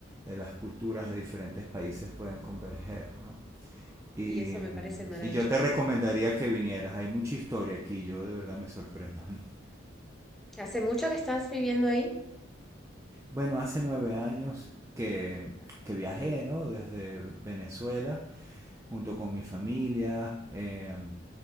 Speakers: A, on the right; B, in the centre.
A: eh, las culturas de diferentes países pueden converger. ¿no? Y,
B: Y eso
A: em,
B: me parece maravilloso.
A: y, yo te recomendaría que vinieras. Hay mucha historia aquí, yo de verdad me sorprendo. <laughs>
B: ¿Hace mucho que estás viviendo ahí?
A: Bueno, hace nueve años que,
B: Ah,
A: que viajé,
B: bastante.
A: ¿no? Desde Venezuela junto con mi familia. Eh,